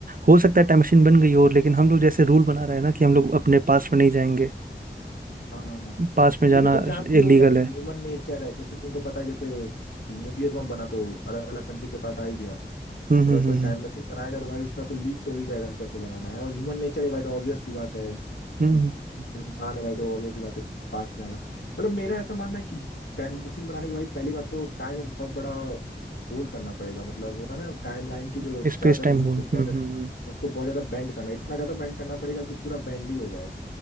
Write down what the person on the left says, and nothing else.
हाँ हाँ हाँ
लेकिन तुम जानती हो
यार
ह्यूमन नेचर है जैसे तुमको पता है जैसे न्यूक्लियर बम बना तो अलग अलग कंट्री के पास आ ही गया
तो
अगर कोई
टाइम
मशीन बनाएगा तो भाई उसका तो लीक तो हो ही जाएगा कैसे बनाना है और ह्यूमन नेचर है भाई तो ऑब्वियस सी बात है
कि
इंसान है भाई तो ऑब्वियस सी बात है पास्ट में आएगा मतलब मेरा ऐसा मानना है कि टाइम मशीन बनाने के लिए भाई पहली बात तो टाइम में बहुत बड़ा होल्ड करना पड़ेगा मतलब होता है ना टाइम लाइन की जो
चादर
होगी उसको
बहुत
ज्यादा
उसको बहुत ज्यादा बेंड करना इतना ज्यादा बेंड करना पड़ेगा कि पूरा बेंड ही हो जाए